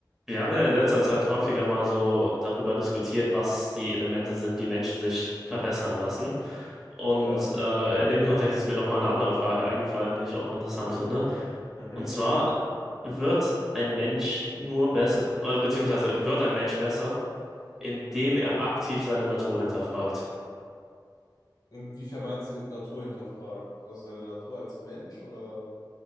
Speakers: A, in the centre; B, on the left.
A: Wir haben ja in letzter Zeit häufiger mal so darüber diskutiert, was die Elemente sind, die Menschen sich verbessern lassen. Und
B: Ja.
A: äh, in dem Kontext ist mir nochmal eine andere Frage eingefallen, die ich auch interessant finde.
B: Mhm.
A: Und zwar, wird ein Mensch nur besser,
B: Das
A: oder beziehungsweise wird
B: ist
A: ein
B: Urban
A: Mensch
B: Urban
A: besser,
B: Management.
A: indem er aktiv seine Natur hinterfragt?
B: Inwiefern meinst du Natur hinterfragt? Also seine Natur als Mensch oder